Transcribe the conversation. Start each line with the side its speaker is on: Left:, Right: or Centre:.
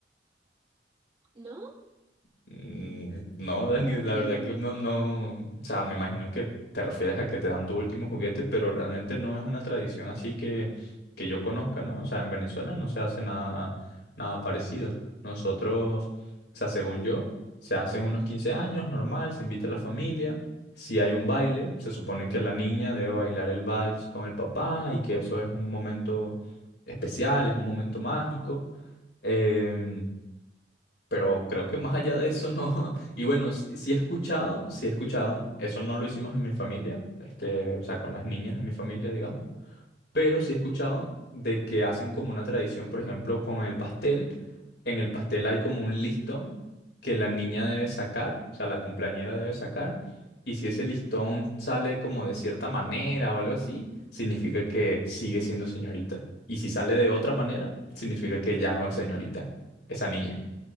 Right: ¿No?
Left: Mm, No, Dani,
Right: ¿Cómo
Left: la
Right: crees,
Left: verdad
Right: Dani?
Left: que no, no, o sea, me imagino que te refieres a que te dan tu último juguete, pero realmente no es una tradición así que, que yo conozca, ¿no? O sea, en Venezuela no se hace nada, nada parecido. Nosotros, o sea, según yo, se hacen unos 15 años, normal, se invita a la familia, si hay un baile, se supone que la niña debe bailar el vals con el papá y que eso es un momento especial, es un momento mágico. em, pero creo que más allá de eso no. <laughs> Y bueno, sí, sí he escuchado, sí he escuchado. Eso no lo hicimos en mi familia, este, o sea, con las niñas de mi familia, digamos. Pero sí he escuchado de que hacen como una tradición, por ejemplo, con el pastel. En el pastel hay como un listón que la niña debe sacar, o sea, la cumpleañera debe sacar. Y si ese listón sale como de cierta manera o algo así, significa que sigue siendo señorita. Y si sale de otra manera, significa que ya no es señorita, esa niña.